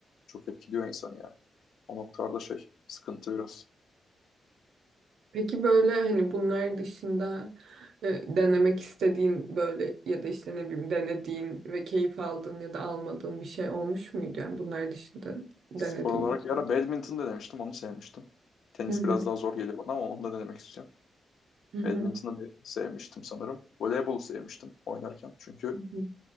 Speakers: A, on the left; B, on the right.
A: çok etkiliyor insanı ya. O noktalarda şey sıkıntı biraz.
B: Peki böyle hani bunlar dışında e, denemek istediğin böyle ya da işte ne bileyim denediğin ve keyif aldığın ya da almadığın bir şey olmuş muydu? Yani bunlar dışında denediğin
A: Spor olarak ya
B: bir
A: ara badminton da demiştim onu sevmiştim. Tenis
B: Hı hı,
A: biraz daha zor geliyor bana ama onu da denemek istiyorum.
B: hı hı,
A: Badminton'ı bir sevmiştim sanırım. Voleybolu sevmiştim oynarken. Çünkü
B: hı hı.